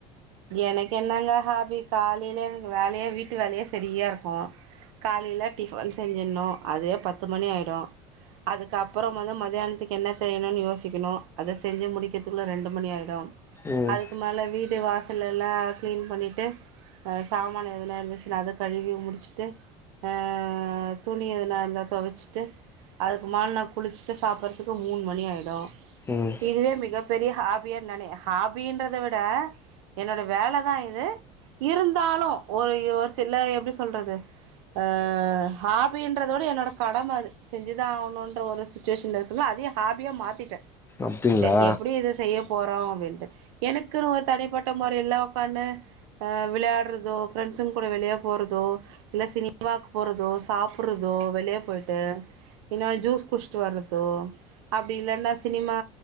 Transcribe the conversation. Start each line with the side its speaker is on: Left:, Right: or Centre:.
Right: எனக்கு என்னங்க ஹாபி காலிலே வேலயே வீட்டு வேலயே சரியா இருக்கூ காலையில டிஃபன் செஞ்சினு அதே பத்து மணி ஆயிடு அதுக்கப்புறம் வந்து மத்தியானத்துக்கு என்ன செயணும்னு யோசிக்கணு அத செஞ்சு முடிக்கிறதுக்குள்ள ரெண்டு மணி ஆகிடு
Left: ம்
Right: அதுக்கு மேல வீடு வாச சில எல்லா க்ளீன் பண்ணிவிட்டு ஆ சாமான எதனா இருந்துச்சுன அத கழுவி முடிச்சுட்டு அ துணி எதுனா இருந்தா தொவச்சிட்டு அதுக்கு மே நா குளிச்சுட்டு சாப்பறதுக்கு மூணு மணி ஆய்டு
Left: ம்
Right: இதுவே மிகப்பெரிய ஹாபியா நானே ஹாபின்றத விட என்னோட வேலைதா இது இருந்தாலு ஒரு ஒரு சில எப்படி சொல்றது அ ஹாபின்றத விட என்னோட கடம அது செஞ்சுதா ஆகணும்ன்ற ஒரு சுச்சுவேஷன்ல இருக்கும்ல அது ஹாபியா மாத்திட்டே
Left: அப்டிங்களா
Right: சரி எப்படி இத செய்யப் போறோ அப்படின்ட்டு எனக்குன்னு ஒரு தனிப்பட் ட மாரில்லா உக்கான்டு விளையாடுறதோ பிரண்ஸ்சுங் கூட வெளிய போறதோ இல்ல சினி மாக்கு போறதோ சாப்புருதோ வெளியே போயிட்டு என்னால ஜூஸ் குடிச்சட்டு வர்றதோ அப்படி இல்லைன்னா சினிமா